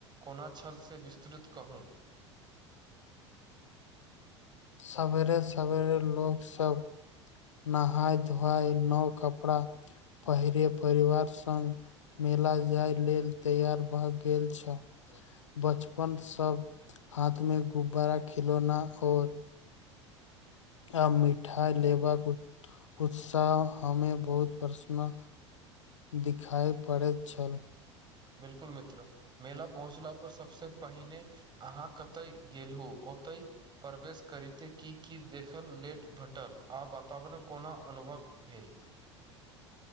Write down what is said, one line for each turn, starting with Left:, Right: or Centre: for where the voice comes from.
Right: कोना छल से विस्तृत कहू
Left: सवेरे सवेरे लोकग सब नहाय धोआय नओ कपड़ा पहिरे परिवार स मेला जाय लेल तैयार भ गेल छै बचपन सब हाथ मे गुब्बारा खिलौना और आ मिठाइ लेबाक उत उत्साह हमे बहुत प्रसन दिखाइ पड़ैत छल
Right: बिलकुल मित्र मेला पहुँचला पर सबसे पहिने अहाँ कतय गेलहु ओतहि प्रवेश करिते की की देखल लेट भेटल आ वातावरण कोना अनुभव भेल